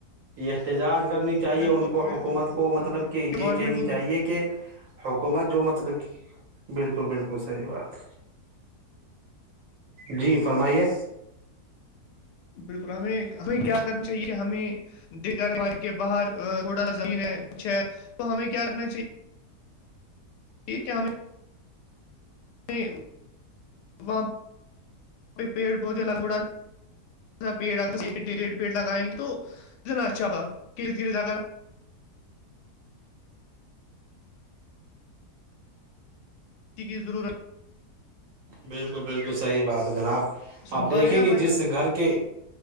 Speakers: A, on the right; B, on the left.
A: احتجاج کرنی چاہیے
B: بالکل
A: ان کو
B: بالکل
A: حکومت کو مطلب
B: بالکل
A: کہ
B: گورنمنٹ
A: یہ کہنی
B: کو بھی
A: چاہیے کہ حکومت جو مطلب بالکل بالکل صحی بات جی فرمائیے
B: بالکل ہمیں ہمیں کیا کرنا چاہیے ہمیں دیگر کے باہر تھوڑا زمین ہے اچھ ہے تو ہمیں کیا کرنا چاہیے ٹھیک ہے ہمیں میں وہاں پیڑ پودے لگوڑا پڑ ڈ ڈڑ پیڑ لگائیں گے تو اتنا اچھا ہوا دھیرے دھیرے لگ رہا کی ضرورت
A: بالکل بالکل صحیح بات ہے جناب
B: سن
A: آپ
B: پا
A: دیکھے
B: رہے ہیں
A: کہ
B: بھائی
A: جس
B: جان
A: گھر کے